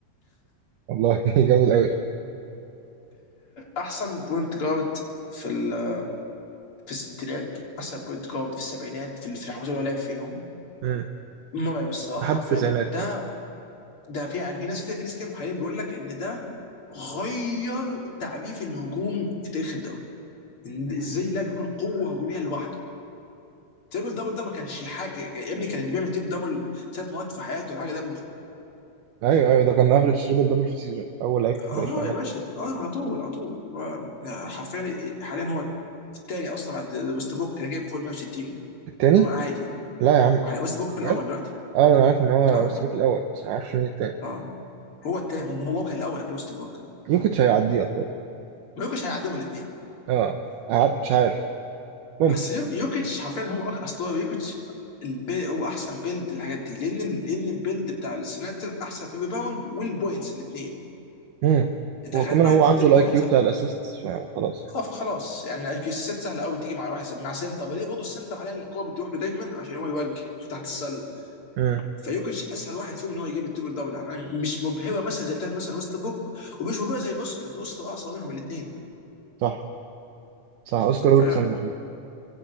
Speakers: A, on the right (about 75°); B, on the left (about 40°).
A: والله <laughs> جامد قوي
B: احسن بوينت جارد في ال- في الستينات احسن بوينت جارد في السبعينات في في الحقبه اللي هو لعب فيهم
A: امم
B: مرعب الصراحه
A: لحد
B: حرفيا
A: التسعينات
B: ده
A: كمان
B: ده في يعني في ناس كده في ناس كده محللين بيقول لك ان ده غير تعريف الهجوم في تاريخ الدوري إن ازاي اللاعب يكون قوه هجوميه لوحده تريبل دبل ده ما كانش حاجه يا ابني كان اللي بيعمل تريبل دبل ثلاث مرات في حياته ولا حاجه ده
A: ايوه ايوه ده كان افريج تريبل دبل في سيزون اول لعيب في التاريخ
B: اه
A: يعمل
B: يا باشا اه على طول على طول آه، حرفيا حاليا هو الثاني اصلا بعد ويست بوك كان جايب فوق ال 160
A: التاني
B: إن هو عادي
A: لا يا عم
B: وح- ويست بوك الاول
A: بجد
B: دلوقتي
A: اه انا عارف ان هو
B: اه
A: ويست بروك الاول بس ما اعرفش مين التاني
B: اه هو الثاني هو هو كان الاول قبل ويست بوك
A: يوكيتش هيعديه اتوقع
B: ما يوكيتش هيعديهم الاثنين
A: اه ع- مش عارف ممكن
B: بس يو- يوكيتش حرفيا هو أك- اصل هو يوكيتش البي هو احسن بيلد الحاجات دي لان ال- لان البيلد بتاع السناتر احسن في الريباوند والبوينتس الاثنين
A: مم.
B: تخيل
A: هو كمان
B: بقى
A: هو
B: ان
A: عنده
B: التنين
A: الاي
B: الواحد
A: كيو بتاع الاسيست فخلاص يعني
B: اه فخلاص يعني السيت سهله قوي تيجي مع واحد مع سنتر ليه برضه السنتر حاليا الكوره بتروح له دايما عشان هو يوجه شو تحت السله
A: مم.
B: فيوكيتش اسهل واحد فيهم ان هو يجيب التريبل دبل يعني مش مبهره مثلا زي بتاعت مثلا ويست بوك ومش مبهره زي اوسكار لان اوسكار اقصر منهم الاثنين
A: صح صح اوسكار روبرتسون
B: فيا
A: مفيد.